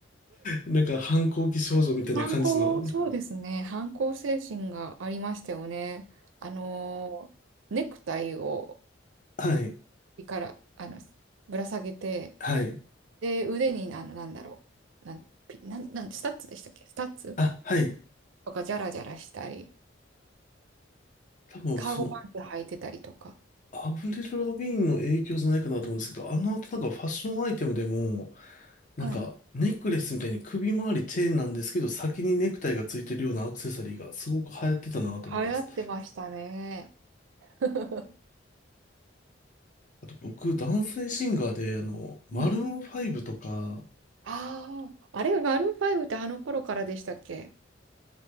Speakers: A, on the left; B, on the right.
A: なんか反抗期少女みたいな感じの、
B: 反抗、そうですね。反抗精神がありましたよね。あのー、ネクタイを
A: はい、
B: 首から、あの、ぶら下げて、
A: はい。
B: で、腕に、あの、なんだろう。なん、ピなん、なん、スタッツでしたっけスタッツ
A: あ、はい。
B: とか、じゃらじゃらしたり。
A: 多分、
B: カーゴパンツ履いてたりとか。
A: その、アブリル・ラビーンの影響じゃないかなと思うんですけど、あの後なんかファッションアイテムでも、なんか、
B: はい。
A: ネックレスみたいに首周りチェーンなんですけど、先にネクタイがついてるようなアクセサリーがすごく流行ってたなと思います。
B: 流行ってましたね。<laughs>
A: あと僕、男性シンガーで、あの、マルーン5とか、
B: うん。ああ、あれ、マルーンファイブってあの頃からでしたっけ